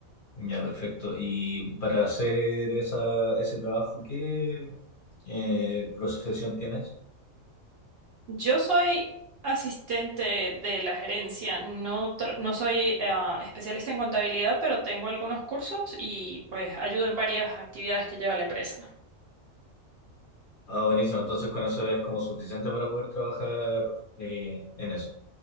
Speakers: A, on the left; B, on the right.
A: Ya, perfecto. Y para hacer esa, ese trabajo, ¿qué eh, profesión tienes?
B: Yo soy asistente de la gerencia, no, tra- no soy eh, especialista en contabilidad, pero tengo algunos cursos y pues ayudo en varias actividades que lleva la empresa.
A: Ah, buenísimo. Entonces con eso es como suficiente para poder trabajar eh, en eso.